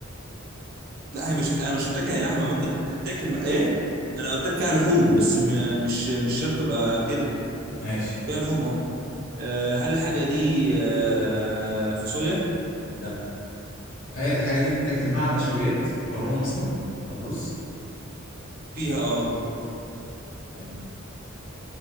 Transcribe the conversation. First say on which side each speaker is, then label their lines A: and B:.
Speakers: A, on the right; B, on the left.
A: لا هي مش انا مش قلت لك هي لحمة ممكن تتاكل مع ايه انا قلت لك فيها لحوم بس م... مش مش شرط تبقى كده
B: ماشي
A: فيها لحوم اه آه، هل الحاجة دي آه، فاصوليا
B: لا هل الحاجة دي بتتاكل مع نشويات؟ مكرونة مثلا أو رز؟
A: فيها اه
B: حلو